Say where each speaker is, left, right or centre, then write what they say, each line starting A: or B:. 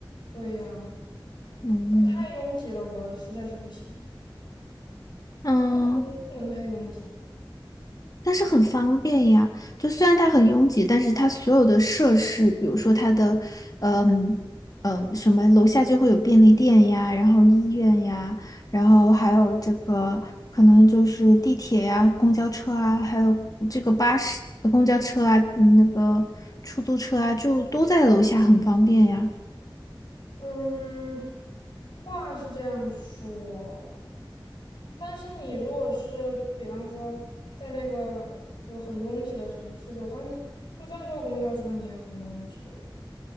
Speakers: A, on the left; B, on the left.
A: 对呀，
B: 嗯
A: 这个太拥挤了，我实在是不行，
B: 嗯。
A: 就不能不能太拥挤。
B: 但是很方便呀，就虽然它很拥挤，但是它所有的设施，比如说它的，嗯嗯，什么楼下就会有便利店呀，然后医院呀，然后还有这个可能就是地铁呀、公交车啊，还有这个巴士、公交车啊，嗯那个出租车啊，就都在楼下，很方便呀。
A: 嗯，话是这样说。但是你如果是比方说在那个就很拥挤的城市的话，你就算坐公交车你也很拥挤啊。